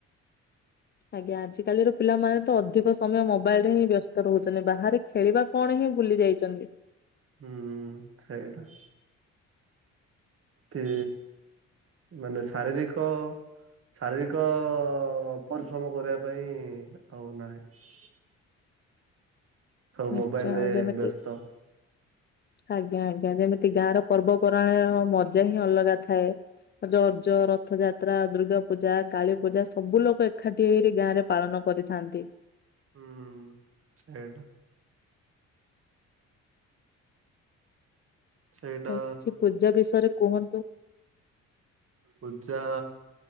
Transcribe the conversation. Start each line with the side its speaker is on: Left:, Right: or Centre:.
Left: ଆଜ୍ଞା ଆଜିକାଲିର ପିଲାମାନେ ତ ଅଧିକ ସମୟ ମୋବାଇଲରେ ହିଁ ବ୍ୟସ୍ତ ରହୁଛନ୍ତି ବାହାରେ ଖେଳିବା କଣ ହିଁ ଭୁଲି ଯାଇଛନ୍ତି।
Right: ହୁଁ ସେଇଟା। କି ମାନେ ଶାରୀରିକ ଶାରୀରିକ ପରିଶ୍ରମ କରିବା ପାଇଁ ଆଉ ନାହିଁ। ସବୁ
Left: ନିଶ୍ଚୟ
Right: ମୋବାଇଲରେ
Left: ଯେମିତି
Right: ବ୍ୟସ୍ତ
Left: ଆଜ୍ଞା ଆଜ୍ଞା ଯେମିତି ଗାଁର ପର୍ବପର୍ବାଣୀର ମଜା ହିଁ ଅଲଗା ଥାଏ। ରଜ, ରଥଯାତ୍ରା, ଦୁର୍ଗାପୂଜା, କାଳୀପୂଜା, ସବୁ ଲୋକ ଏକାଠି ହେଇରି ଗାଁରେ ପାଳନ କରିଥାନ୍ତି।
Right: ହୁଁ ସେଇଟା। ସେଇଟା
Left: ହଉ କିଛି ପୂଜା ବିଷୟରେ କୁହନ୍ତୁ?
Right: ପୂଜା